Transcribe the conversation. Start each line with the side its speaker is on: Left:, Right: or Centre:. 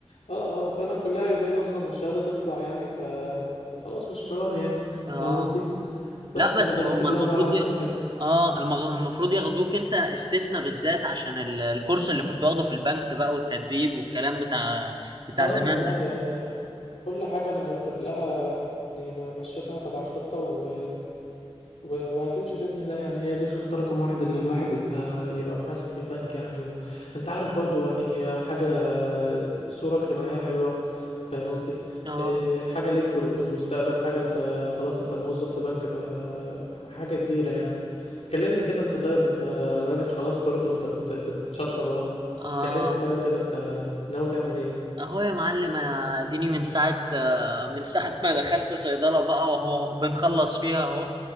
Left: اه اه فانا كلها يومين اصلا والشهاده تطلع يعني ف خلاص مش حوار يعني
Right: اه
Left: فاهم قصدي بس
Right: لا بس
Left: انا برتب
Right: هم المفروض
Left: لها بقى علشان
Right: ي...
Left: كده
Right: اه المغ- المفروض ياخدوك انت استثناء بالذات عشان ال- الكورس اللي كنت واخده في البنك بقى والتدريب والكلام بتاع بتاع
Left: اه
Right: زمان
Left: والله
Right: ده
Left: يعني كل حاجة أنا مرتب لها يعني م- مشيتها تبع الخطة و... و... وهتمشي بإذن الله يعني هي دي الخطة رقم واحد اللي الواحد يبقى يبقى محاسب في البنك يعني و... أنت عارف برضو يعني هي حاجة صورة اجتماعية حلوة فاهم قصدي
Right: اه
Left: إيه، حاجة ليك وللمستقبل حاجة أنت خلاص أنت موظف في بنك فحاجة كبيرة يعني تكلمني كده أنت طيب أنت راجل خلاص برضو أنت بت... بتشطب أهو
Right: اه
Left: كلمني طيب كده أنت ناوي تعمل إيه؟
Right: اهو يا معلم اديني من ساعة آه، من ساعة ما دخلت صيدلة بقى واهو بنخلص فيها اهو